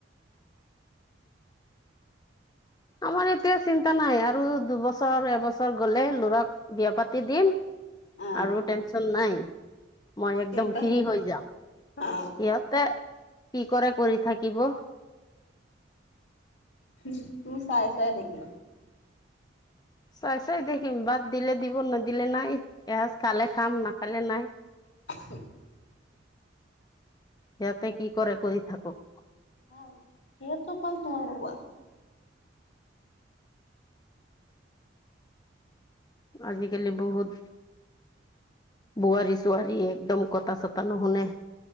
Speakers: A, on the left (about 20°); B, on the left (about 65°).
A: আমাৰ এতিয়া চিন্তা নাই আৰু দুবছৰ, এবছৰ গলে লৰাক বিয়া পাতি দিম
B: আহ
A: আৰু টেনচন নাই। মই একদম
B: চিন্তা
A: ফ্ৰী হৈ যাম,
B: অ
A: সিহঁতে কি কৰে কৰি থাকিব।
B: <unintelligible> চাই চাই দেখি।
A: চাই চাই দেখিম, ভাত দিলে দিব নেদিলে নাই, এসাঁজ খালে খাম, নাখালে নাই।
B: অ হু।
A: সিহঁতে কি কৰে কৰি থাকক।
B: অ। সেইটো পাল তুমি ৰোবা।
A: আজিকালি বহুত বোৱাৰী - চুুৱাৰী একদম কথা - চথা নশুনে।